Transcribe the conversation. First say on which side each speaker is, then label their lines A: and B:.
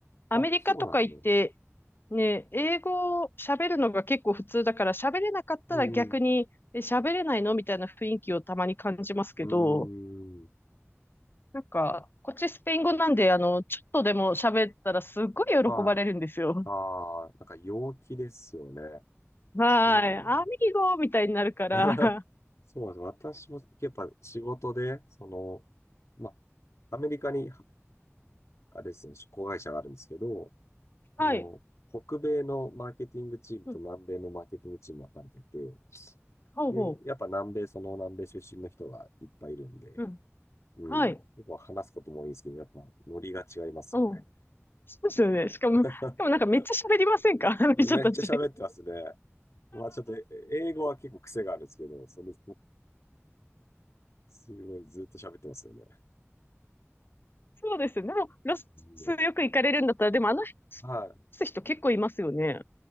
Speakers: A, on the left (about 45°); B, on the left (about 80°).
A: アメリカとか行って、
B: あ、そうなんですね。
A: ね、英語を喋るのが結構普通だから、喋れなかったら逆に、
B: うん。
A: え、喋れないのみたいな雰囲気をたまに感じますけど、
B: うん。
A: なんか、こっちスペイン語なんで、あの、ちょっとでも喋ったらすっごい喜ばれるんですよ。
B: はい。ああ、なんか陽気ですよね。
A: はい。
B: そう。
A: アミーゴみたいになるから、
B: <laughs>
A: <laughs>
B: そうなんです。私もやっぱ仕事で、その、まあ、アメリカに、あれですね、子会社があるんですけど、
A: はい。
B: その、北米のマーケティングチームと南米のマーケティングチームが分かれてて、
A: うん、ほうほ
B: で、やっぱ南米、その南米出身の人がいっぱいいるんで、
A: う。うん。
B: うん。
A: はい。
B: 結構話すことも多いんですけど、やっぱノリが違いますよね。
A: うん。そうですよね。しかも、
B: <laughs>
A: しかもなんかめっちゃ喋りませんか <laughs> あの人たち。
B: めっちゃ喋ってますね。まあちょっとえ英語は結構癖があるんですけど、それすごいずっと喋ってますよね。
A: そうです。でも、ロスよく行かれるんだったら、
B: うん
A: でもあの辺ロ
B: はい。
A: ス人結構いますよね。